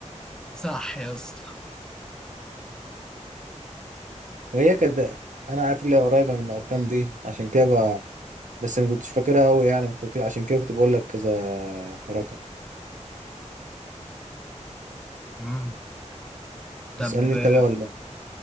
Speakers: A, in the centre; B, on the right.
A: صح يا اسطى
B: وهي كانت انا عارف اللي هي قريبه من الارقام دي عشان كده ب... بس ما كنتش فاكرها قوي يعني فاكر- عشان كده كنت بقول لك كذا رقم
A: مم. طب
B: اسالني
A: ايه
B: انت بقى ولا لا